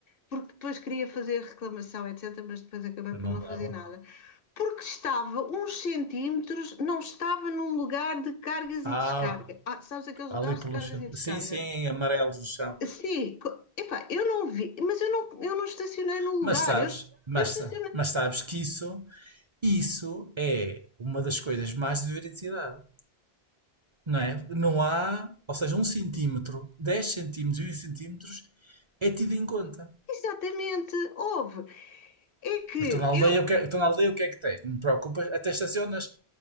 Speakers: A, on the left (about 65°); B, on the right (about 35°).
A: porque depois queria fazer reclamação, etc., mas depois acabei
B: não
A: por não
B: dava.
A: fazer nada. Porque estava uns centímetros, não estava num lugar de cargas
B: Ah,
A: e descarga. Ah, sabes aqueles
B: ali
A: lugares
B: pelo
A: de cargas
B: chão.
A: e descarga?
B: Sim, sim, amarelos no chão.
A: Sim, epá, eu não vi, mas eu não, eu não estacionei no lugar,
B: Mas sabes,
A: eu,
B: mas,
A: eu estacionei.
B: sa- mas sabes que isso, isso é uma das coisas mais de veracidade, não é? Não há, ou seja, um centímetro, 10 centímetros, 20 centímetros é tido em conta.
A: Exatamente, houve. É que
B: Estou na aldeia,
A: eu.
B: o que é, estou na aldeia, o que é que tens? Não te preocupas, até estacionas,